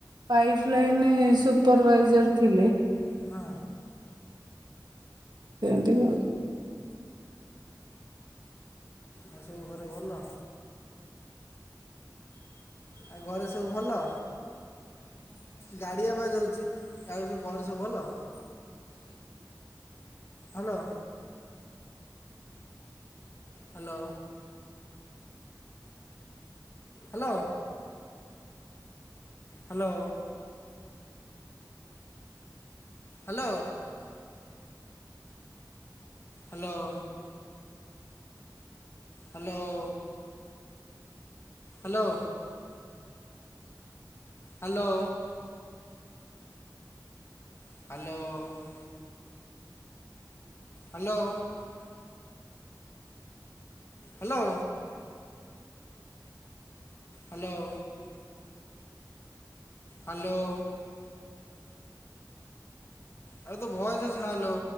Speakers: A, on the right; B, on the left.
A: ପାଇପ୍ ଲାଇନ୍ ରେ ସୁପରଭାଇଜର୍ ଥିଲେ।
B: ହଁ।
A: ଏମିତି ବି ଭଲ।
B: ଆଉ ସବୁ ଘରେ ଭଲ? ଆଉ ଘରେ ସବୁ ଭଲ? ଗାଡିଆ ଆବାଜ୍ ଯାଉଛି, ଆଉ ସବୁ ଘରେ ଭଲ? Hello. Hello. Hello. Hello. Hello. Hello ଓ। ହାଲୋ ଓ। Hello. Hello. Hello. Hello. Hello. Hello. Hello. ଆରେ ତ ଭଏସ୍ ଅସୁନି ହାଲୋ।